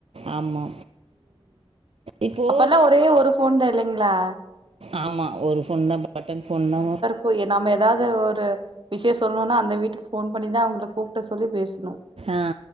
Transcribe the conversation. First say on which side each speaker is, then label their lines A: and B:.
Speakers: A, on the right; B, on the right.
A: ஆமா இப்போ
B: அப்பல்லா ஒரே ஒரு ஃபோன்தா இல்லைங்களா
A: ஆமா ஒரு ஃபோன் தா பட்டன் ஃபோன் தா
B: போய் நம்ம ஏதாவது ஒரு விஷய சொல்ணுனா அந்த வீட்டுக்கு ஃபோன் பண்ணிதா அவங்கள கூப்ட சொல்லி பேசணு
A: ஆ.